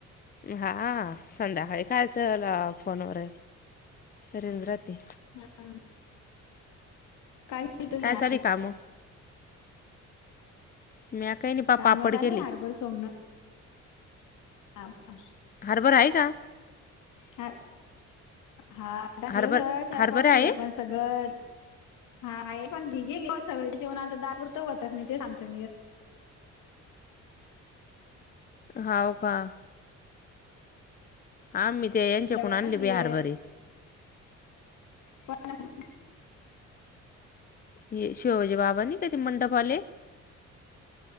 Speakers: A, on the left; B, on the left.
A: हा संध्याकाळी खायचं ल फोनवर रेंज राहते.
B: हा, काय केल तुमी
A: काय
B: आज.
A: चालू काम म्या काही नाही पा
B: काम
A: पापड
B: चालले
A: केले
B: हारभर सोंगण. हा का...
A: हरभर आहे का?
B: ह हा टाकल
A: हरभर
B: तर
A: हरभरे
B: चार, पाच
A: आहे
B: शेर पण सगळं हा आहे पण भी गेली <unintelligible> होतात नाही ते सांगतो
A: हाव का? आम्ही ते यांच्याकून
B: या वर्षी
A: आणली बाई हरभरे
B: वा <inaudible>
A: हे शिवाजी बाबा नाही ते मंडपवाले